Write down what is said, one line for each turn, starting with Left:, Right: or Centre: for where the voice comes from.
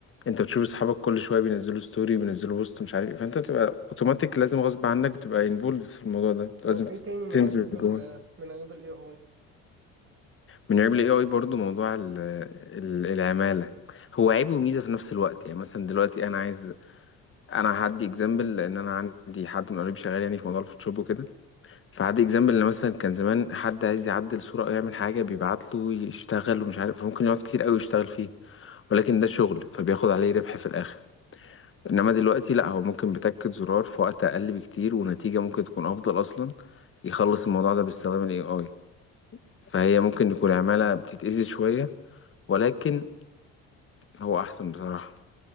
Left: أنت بتشوف أصحابك كل شوية بينزلوا ستوري وبينزلوا بوست مش عارف إيه. فأنت بتبقى أوتوماتيك لازم غصب عنك بتبقى انفولد في الموضوع ده لازم
Right: طب ايه تاني من
Left: تنزل
Right: عيوب
Left: جوه
Right: ال من عيوب الاي اي
Left: من عيب ال AI برضو موضوع ال- ال- العمالة هو عيب وميزة في نفس الوقت يعني مثلا دلوقتي أنا عايز انا هدي اكزامبل لان انا عندي حد من قريب شغال يعني في موضوع الفوتوشوب وكده فهدي اكزامبل ان مثلا كان زمان حد عايز يعدل صوره او يعمل حاجه بيبعت له يشتغل ومش عارف فممكن يقعد كتير قوي يشتغل فيه ولكن ده شغل فبياخد عليه ربح في الاخر انما دلوقتي لا هو ممكن بتكة زرار في وقت اقل بكتير ونتيجه ممكن تكون افضل اصلا يخلص الموضوع ده باستخدام الاي اي فهي ممكن يكون عماله بتتأذي شويه ولكن هو احسن بصراحه